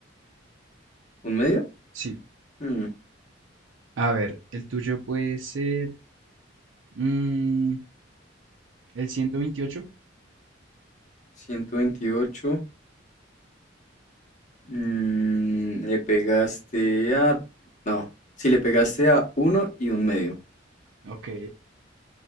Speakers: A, on the left; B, on the right.
A: ¿Un medio?
B: Sí.
A: Mm,
B: A ver, el tuyo puede ser mm, el 128.
A: ciento veintiocho. Mm, le pegaste a... No, si le pegaste a uno y un medio.
B: Ok.